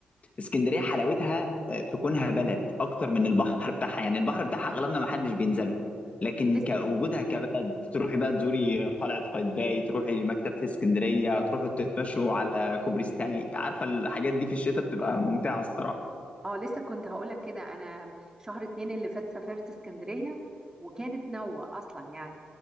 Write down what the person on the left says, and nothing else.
اسكندريه حلاوتها آه، في كونها بلد اكتر من البحر بتاعها يعني البحر بتاعها اغلبنا ما حدش بينزله لكن
كوجودها كبلد تروحي بقى تزوري قلعه قايتباي تروحي مكتبه اسكندريه تروحوا تتمشوا على كوبري ستانلي عارفه الحاجات دي في الشتاء بتبقى ممتعه الصراحه